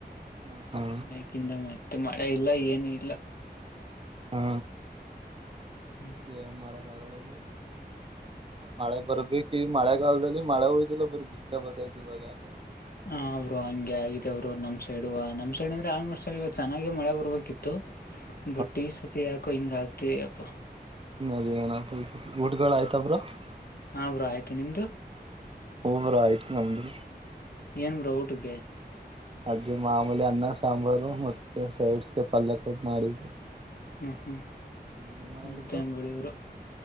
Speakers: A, on the right; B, on the left.
A: ಹ ಹಾ
B: ಅನ್ನಕಿಂತ <unintelligible> ಮತ್ತೆ ಮಳೆ ಇಲ್ಲ ಏನು ಇಲ್ಲ
A: ಹಾ,
B: ಹ್ಮ್
A: ಎನ್ ಮಾಡಕ ಆಗಲ್ಲ ಬ್ರಾ ಮಳೆ ಬರ್ಬೇಕ ಈ ಮಳೆಗಾಲದಲ್ಲಿ ಮಳೆ ಹೋಯ್ಲಿಬರೀ ಬಿಸ್ಲ ಬತ್ತೈ್ತಿ ಇವಾಗ.
B: ಹಾ, ಬ್ರೋ ಹಂಗೆ ಆಗ ಇದ ಅವ್ರು ನಮ್ ಸೈಡ್ ನಮ್ ಸೈಡ್ ಅಂದ್ರೆ ಆಲ್ಮೋಸ್ಟ್ ಆಗಿ ಇವತ್ತು ಚೆನ್ನಾಗೆ ಮಳೆ ಬರ್ಬೇಕಿತ್ತು.
A: <inaudible>
B: ಬಟ್ ಈ ಸತಿ ಯಾಕೋ ಹಿಂಗ ಆಗ್ತೆಯಪ್ಪ.
A: ಅದೇ ಏನ ಊಟ್ಗಳು ಆಯ್ತಬ್ರಾ <unintelligible>
B: ಹಾ, ಬ್ರೋ ಬ್ರಾ ಆಯ್ತು ನಿಮ್ದು
A: ಓ ಆಯ್ತು ನಮ್ಮದು.
B: ಏನ್ ಬ್ರೋಊಟಕ್ಕೆ
A: ಅದೇ ಮಾಮೂಲಿ ಅನ್ನ ಸಾಂಬಾರು ಮತ್ತೆ ಸೈಡ್ಸ್ಗೆ ಪಲ್ಯ ಕೊಟ್ಟ ಮಾಡಿದ್ರು
B: ಹ್ಮ ಹ್ಮ್
A: ಹ್ಮ್ ನಿಮ್ ಮನೇಲಿ
B: ಮತ್ತೆ
A: ಬ್ರೋ
B: ಅಂಗಡಿಯ್ರು